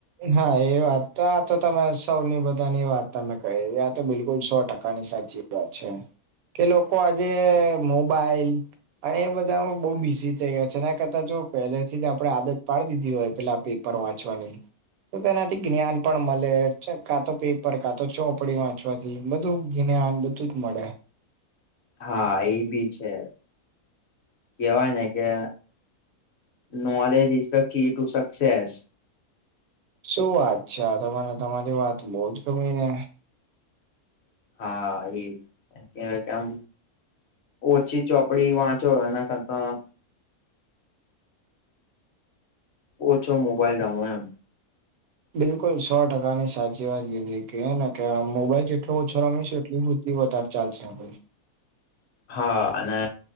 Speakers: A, on the right (about 75°); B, on the left (about 55°).
A: હા, એ વાત તો આ તો તમે સૌની બધાની વાત તમે કહી, આ તો બિલકુલ સો ટકાની સાચી. વાત છે કે, લોકો આજે મોબાઈલ. અને એ બધામાં બહુ બિઝી થઈ ગયા છે, એના કરતા જો પહેલેથી આપણે આદત પાડી દીધી હોય, પેલા આપ પર વાંચવાની. તો તેનાથી જ્ઞાન પણ મળે, કાતો પેપર કા તો ચોપડી વાંચવાથી બધું જ્ઞાન બ જ મળે.
B: હા, એ ભી છે. કેવાય ને, કે knowledge is the key to success.
A: શું વાત છે, મને તમારી વાત બઉુ જ ગમી ને.
B: હા, એજ કેમ? ઓછી ચોપડી વાંચો કરતા. ઓછો મોબાઈલ રમો એમ.
A: બિલકુલ, સો ટકાની સાચી વાત કીધી. કેને કે મોબાઈલ તો ઓછો રમીશું, એટલી બુદ્ધ વધારે ચાલશે.
B: હા, અને